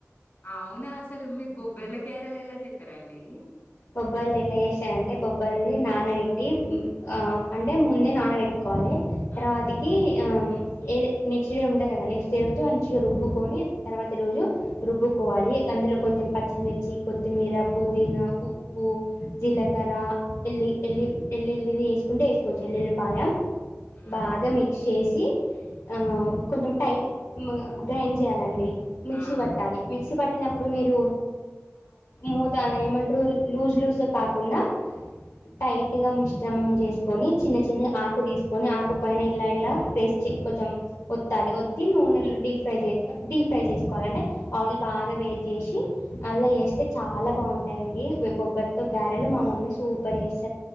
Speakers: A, on the left (about 50°); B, on the left (about 70°).
A: అవునా అసలు మీ బొబ్బెల గారెలు ఎలా చెతరండి
B: బొబ్బర్లు ఎట్లా చేస్తారంటే బొబ్బరిని నానబెట్టి ఆ అంటే ముందే నానబె కోలి
A: హ్మ్.
B: తర్వాతకి ఆ ఏది నెక్స్ట్ డే ఉంటా కదా నెక్స్ట్ డే రోజు మంచిగా రుబ్బుకొని తర్వాతి రోజు రుబ్బు కోవాలి అందులో కొంచెం పచ్చిమిర్చి, కొత్తిమీర, పుదీనా ఉప్పు, జీలకర్ర, ఎల్లి ఎల్లి ఎల్లుల్లిని వేసుకుంటే వేసుకోవచ్చు ఎల్లుల్లిపాయ
A: హ్మ్.
B: బాగా మిక్స్ చేసి ఆ కొంచెం టైట్ గ్రైండ్ చేయాలండి మిక్సీ
A: ఆ!
B: పట్టాలి మిక్సీ పట్టినప్పుడు మీరు మూత అది ఏమం లూజ్ లూజ్ గా కాకుండా టైట్ గా మిశ్రమం చేసుకుని చిన్న చిన్న ఆకు తీసుకొని ఆకు పైన ఇలా ఇలా ప్రెస్ కొంచెం ఒత్తాలి ఒత్తి నూనె డీప్ ఫ్రై డీప్ ఫ్రై చేసుకోవాలి అంటే ఆయిల్ బాగా వెయిట్ చేసి అల్లా వేస్తే చాలా బాగుం తాయండి బొబ్బరితో గ్యారెలు మా మమ్మీ సూపర్ చేస్